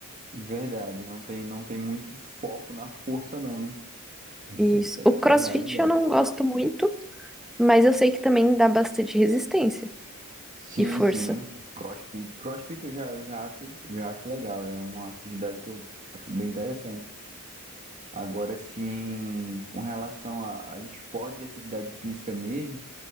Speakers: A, on the right (about 35°); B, in the centre.
A: Verdade, não tem, não tem muito foco na força, não, né?
B: Isso.
A: Isso, é- isso, é-
B: O
A: isso
B: CrossFit
A: é a realidade.
B: eu não gosto muito, mas eu sei que também dá bastante resistência
A: Sim,
B: e força.
A: sim. CrossFit. CrossFit eu já, eu já acho, já acho legal. É uma atividade que eu acho bem interessante. Agora, sim, com relação a, a esportes e atividade física mesmo,